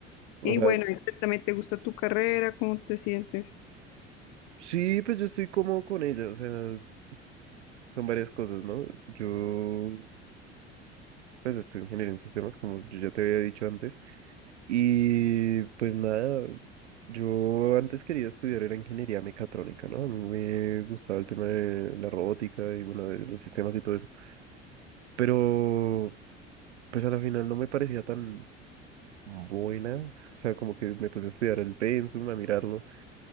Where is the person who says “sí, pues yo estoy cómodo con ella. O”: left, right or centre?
Right